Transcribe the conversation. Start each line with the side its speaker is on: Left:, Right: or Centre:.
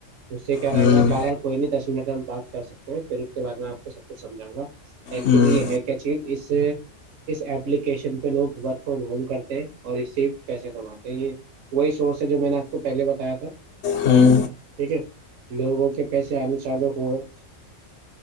Right: اس سے کیا
Left: ہوں
Right: رہے گا بار بار کوئی نہیں دس منٹ میں ہم بات کر سکتے پھر اس کے بعد میں آپ کو سب کچھ سمجاؤں گا ایکچولی
Left: ہوں
Right: یہ ہے کیا چیز اس اس ایلیکیشن پہ لوگ ورک فرام ہوم کرتے ہیں اور اسسی پیسے کماتے ہیں یہ وہی سورس ہے جو میں نے آپ کو پہلے بتایا تھا
Left: ہوں
Right: ٹھیک لوگوں کے پیسے آنے چالو ہوئے